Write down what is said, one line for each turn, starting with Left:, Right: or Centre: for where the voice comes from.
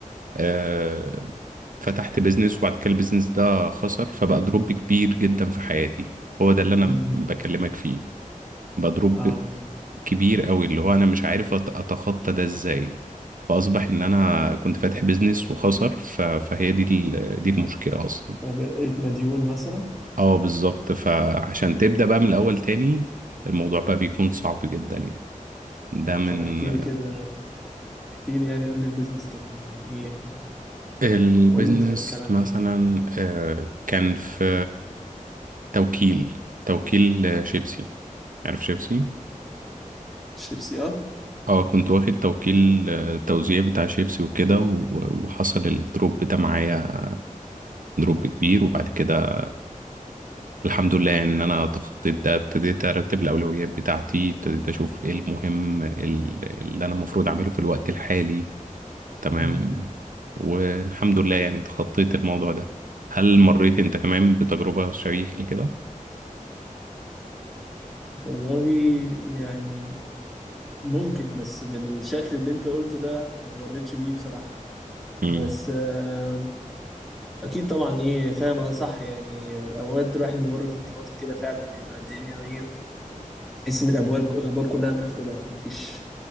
Right: آه، فتحت بيزنس وبعد كده البيزنس ده خسر فبقى دروب كبير جدا في حياتي هو ده اللي انا
Centre: امم
Right: بكلمك فيه بقى دروب
Centre: اه
Right: كبير قوي اللي هو انا مش عارف أت- اتخطى ده ازاي فاصبح ان انا كنت فاتح بيزنس وخسر ف... فهي دي ال... دي المشكلة اصلا
Centre: أنا بقيت مديون مثلا
Right: اه بالظبط فعشان تبدأ بقى من الاول تاني الموضوع بقى بيكون صعب جدا يعني ده من
Centre: طب احكي لي كده احكي لي يعني قول لي البيزنس كان عن ايه
Right: البيزنس
Centre: وامتى الكلام
Right: مثلا
Centre: ده
Right: آه، كان في توكيل توكيل شيبسي عارف شيبسي
Centre: الشيبسي اه
Right: اه كنت واخد توكيل آه، توزيع بتاع شيبسي وكده و- وحصل الدروب ده معايا دروب كبير وبعد كده الحمد لله ان انا تخطيت ده ابتديت ارتب الاولويات بتاعتي ابتديت اشوف ايه المهم ال- اللي انا المفروض اعمله في الوقت الحالي تمام
Centre: امم
Right: والحمد لله يعني تخطيت الموضوع ده هل مريت انت كمان بتجربة شبيهة لكده
Centre: والله يعني ممكن بس بالشكل اللي انت قلته ده ما مريتش بيه بصراحة
Right: امم
Centre: بس آه، اكيد طبعا ايه فاهم انا صح يعني اوقات الواحد بيمر في فترات كده فعلا بيبقى الدنيا ايه تحس ان الابواب الابواب كلها مقفله مفيش